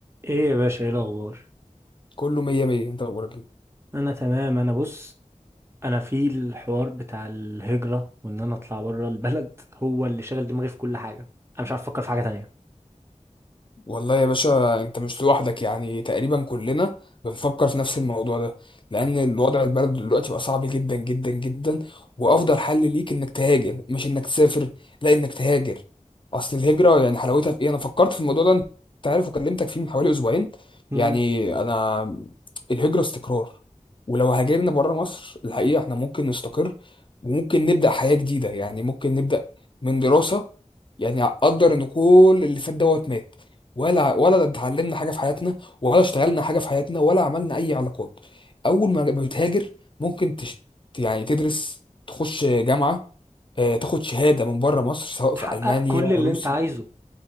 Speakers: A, on the right (about 20°); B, on the left (about 40°).
A: ايه يا باشا ايه الاخبار
B: كله مية مية انت اخبارك ايه
A: انا تمام انا بص انا في الحوار بتاع الهجرة وان انا اطلع بره البلد <laughs> هو اللي شاغل دماغي في كل حاجة انا مش عارف افكر في حاجة تانية
B: والله يا باشا انت مش لوحدك يعني تقريبا كلنا بنفكر في نفس الموضوع ده لان الوضع البلد دلوقتي بقى صعب جدا جدا جدا وافضل حل ليك انك تهاجر مش انك تسافر لا انك تهاجر اصل الهجرة يعني حلاوتها في ايه انا فكرت في الموضوع ده انت عارف وكلمتك فيه من حوالي اسبوعين
A: امم
B: يعني انا الهجرة استقرار ولو هاجرنا بره مصر الحقيقة احنا ممكن نستقر وممكن نبدأ حياة جديدة يعني ممكن نبدأ من دراسة يعني اقدر ان كل اللي فات دوت مات ولا ولا اتعلمنا حاجه في حياتنا ولا اشتغلنا حاجه في حياتنا ولا عملنا اي علاقات اول ما ما بتهاجر ممكن تش... يعني تدرس تخش جامعه آه، تاخد شهاده من بره مصر سواء في
A: تحقق
B: المانيا
A: كل اللي
B: روسيا
A: انت عايزه